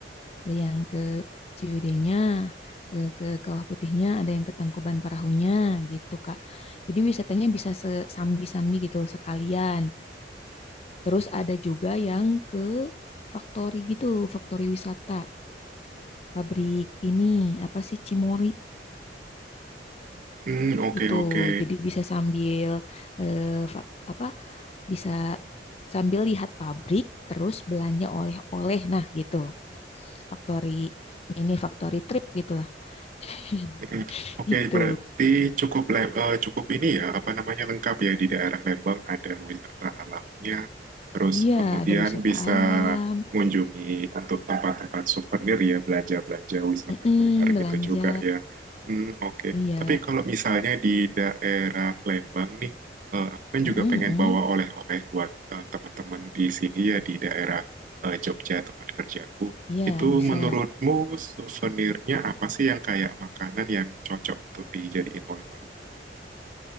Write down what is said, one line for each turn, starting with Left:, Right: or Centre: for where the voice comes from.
Left: Ada yang ke Ciwidey-nya, eh, ke Kawah Putihnya, ada yang ke Tangkuban Perahunya gitu, Kak. Jadi wisatanya bisa se- sambi-sambi gitu sekalian. Terus ada juga yang ke Faktori gitu, Faktori wisata, pabrik ini apa sih Cimori
Right: Hmm, oke
Left: gitu.
Right: oke.
Left: Jadi bisa sambil eh, fa- apa? Bisa sambil lihat pabrik terus belanja oleh-oleh. Nah, gitu. Factory ini factory trip gitulah. <laughs>
Right: Mm, Oke,
Left: Gitu.
Right: berarti cukup le- eh, cukup ini ya, apa namanya lengkap ya di daerah Lembang ada wisata alamnya, terus
Left: Iya,
Right: kemudian
Left: ada wisata
Right: bisa
Left: alam.
Right: mengunjungi untuk tempat-tempat souvenir ya, belanja-belanja wisata
Left: Mm-mm,
Right: kuliner
Left: belanja.
Right: gitu juga ya. Hmm, oke.
Left: Iya.
Right: Tapi kalau misalnya di daerah Lembang nih, eh, aku kan
Left: Mm-mm,
Right: juga pengen
Left: mm-mm.
Right: bawa oleh-oleh buat eh, teman-teman di sini ya di daerah eh, Jogja tempat kerjaku.
Left: Iya,
Right: Itu
Left: bisa.
Right: menurutmu souvenirnya apa sih yang kayak makanan yang cocok untuk dijadiin oleh-oleh?